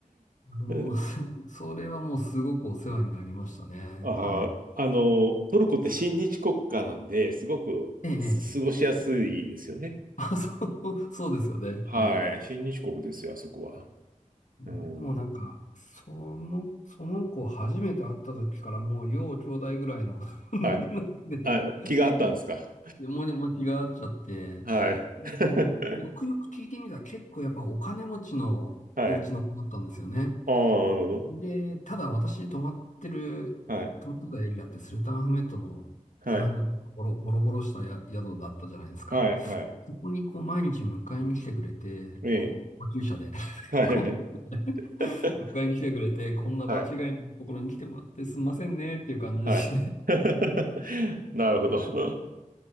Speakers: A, on the left; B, on the right.
A: あの、
B: え
A: <laughs> そそれはもうすごくお世話になりましたね。
B: あ、
A: はい。
B: あの、トルコって親日国家なんで、すごくす過ごしやすいですよね。
A: ええ、ええあ、そう、そうですよね。
B: はい。
A: はい。
B: 親日国ですよ、あそこは。
A: もうもうなんか、
B: うん。
A: その、その子初めて会った時からもう要兄弟ぐらいの <laughs>
B: はい。
A: で、
B: あ、
A: う
B: 気があったんですか。
A: で、もに、持ちがあっちゃって、
B: はい。
A: で、
B: <laughs>
A: よくよく聞いてみたら結構やっぱお金持ちのお家の子だったんですよね。
B: はい。ああ、なるほど。
A: で、ただ私泊まってる、
B: はい。
A: 泊まってたエリアってスルタンアフメットのあの辺のボロボロボロしたや宿だったじゃないですか。
B: はい。はい。はい。
A: そこにこう毎日迎えに来てくれて、
B: ええ。
A: こう、救車で <laughs>
B: はい。
A: こう、
B: <laughs>
A: 迎えに来てくれて、こんな場違いのところに来てもらってすんませんねっていう感じですね。
B: はい。はい。<laughs> なるほど。